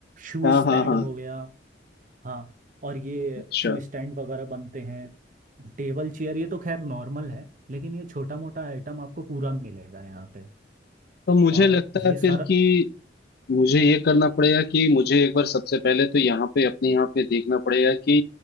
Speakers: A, on the right; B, on the left.
A: शू
B: हाँ
A: स्टैंड
B: हाँ हाँ
A: हो गया हाँ और ये
B: अच्छा
A: शू स्टैंड वगैरह बनते हैं टेबल चेयर ये तो खैर नॉर्मल है लेकिन ये छोटा मोटा आइटम आपको पूरा मिलेगा यहाँ पे
B: तो मुझे
A: और
B: लगता
A: ये
B: है
A: सर
B: फिर कि मुझे ये करना पड़ेगा कि मुझे एक बार सबसे पहले तो यहाँ पे अपने यहाँ पे देखना पड़ेगा कि